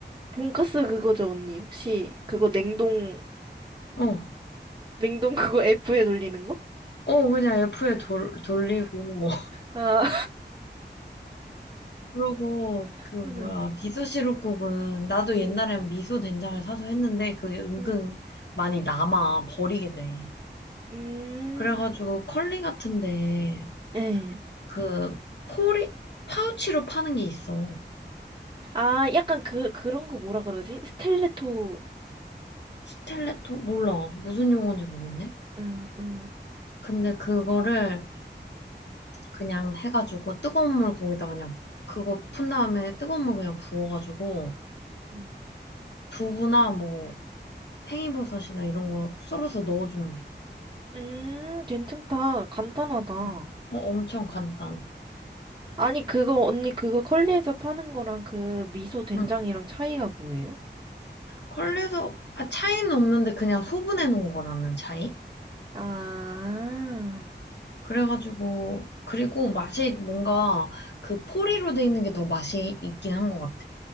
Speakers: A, on the right; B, on the left.
A: 돈까스 그거죠, 언니. 혹시 그거 냉동,
B: 어,
A: 냉동 그거 <laughs> F에 돌리는 거?
B: 어, 그냥 F에 돌, 돌리고,
A: 아,
B: 그러고 그
A: <laughs>
B: 뭐야
A: 음.
B: 미소 시루국은
A: 음.
B: 나도 옛날엔
A: 응
B: 미소 된장을 사서 했는데 그게 은근
A: 응
B: 많이 남아 버리게 돼.
A: 응 음.
B: 그래가지고 컬리 같은데
A: 예.
B: 그 포리 파우치로 파는 게 있어.
A: 아, 약간 그, 그런 거 뭐라 그러지? 스텔레토,
B: 스텔레토 몰라 무슨 용어인지 모르겠네.
A: 음, 음,
B: 근데 그거를 그냥 해가지고 뜨거운 물 거기다 그냥 그거 푼 다음에 뜨거운 물 그냥 부어가지고
A: 음.
B: 두부나 뭐 팽이버섯이나 이런 거 썰어서 넣어주면 돼.
A: 음, 괜찮다. 간단하다.
B: 응. 어, 엄청 간단.
A: 아니, 그거, 언니, 그거 컬리에서 파는 거랑 그 미소 된장이랑
B: 응.
A: 차이가 뭐예요?
B: 컬리에서 아, 차이는 없는데 그냥 소분해 놓은 거라는 차이?
A: 아,
B: 그래가지고 그리고 맛이 뭔가 그 포리로 돼 있는 게 더 맛이 있긴 한 것 같아.